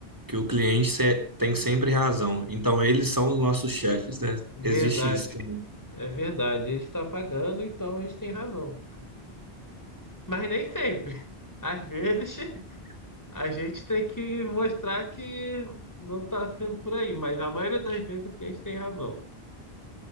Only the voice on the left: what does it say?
Verdade,
é verdade. Ele está pagando, então eles têm razão. Mas nem sempre. Às vezes <laughs> a gente tem que mostrar que não está sendo por aí, mas a maioria das vezes o cliente tem razão.